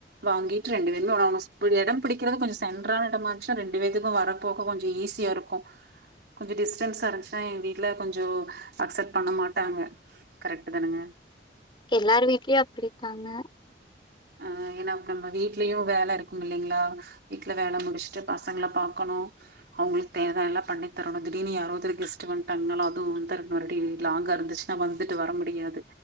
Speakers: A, on the right (about 60°); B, on the left (about 25°).
A: வாங்கிட்டு ரெண்டு பேருமே ஓனோனோஸ் ஒரு எட பிடிக்கிறது கொஞ்சோ சென்றான எடமா இருந்துச்சுனா ரெண்டு பேத்துக்கு நம்ம வரப்போக கொஞ்ச ஈஸியா இருக்கு கொஞ்சோ டிஸ்டன்ஸ்சா இருஞ்ச்சுனா எங்க வீட்ல கொஞ்சோ அக்செப்ட் பண்ண மாட்டாங்க கரெக்ட்டு தானுங்க
B: எல்லார் வீட்லயு அப்டிக்காங்க
A: அ ஏனா நம்ம வீட்லயு வேல இருக்கும் இல்லைங்களா வீட்ல வேல முடிச்சுட்டு பசங்கள பாக்கணு அவுங்களுக்கு தேவ எல்லா பண்ணி தரணு திடீர்னு யாரோ ஒருத்தரு கெஸ்ட்டு வந்ட்டாங்கன்னாலு அதுவு வந்தர் நா ரெடி லாங்கா இருந்துச்சு நா வந்துட்டு வர முடியாது